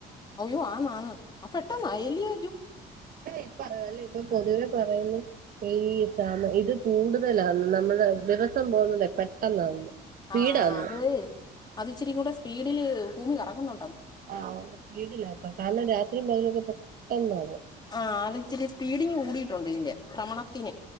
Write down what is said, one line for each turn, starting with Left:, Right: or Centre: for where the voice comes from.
Left: അയ്യോ ആന്ന് ആന്ന് അ പെട്ടെന്നായി അല്ലിയോ
Right: ഇപ്പ അല്ലേ ഇപ്പൊ പൊതുവേ പറയുന്നു ഈ താമ ഇത് കൂടുതലാന്ന് നമ്മള് ദിവസം പോന്നുന്നെ പെട്ടെന്നാന്ന് സ്പീഡാന്ന്
Left: ആ അത് അത് ഇച്ചിരിം കൂടെ സ്പീഡില് ഭൂമി കറങ്ങുന്നു
Right: ആ സ്പീഡില ഇപ്പ കാരണം രാത്രിയും പകലും ഒക്ക പെട്ടെന്നാണ്
Left: ആ അത് ഇച്ചിരി സ്പീഡിങ്ങ് കൂടിയിട്ടുണ്ട് ഇതിന്റെ ഭ്രമണത്തിന്